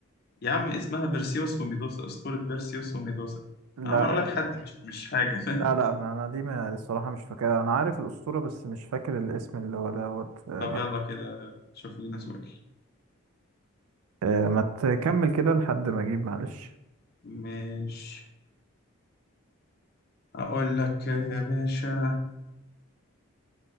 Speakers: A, on the left; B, on the right.
A: يا عم اسمها بيرسيوس وميدوسا اسطوره بيرسيوس وميدوسا
B: لا
A: أنا عمال اقول لك حد مش مش حاجه <laughs>
B: لا لا ما انا دي ما الصراحة مش فاكرها انا عارف الأسطورة بس مش فاكر الاسم اللي هو دوت آه،
A: طب
B: لا
A: يلا كده شوف لنا سؤال
B: آه، ما تكمل كده لحد ما اجيب معلش
A: مش اقول لك يا باشا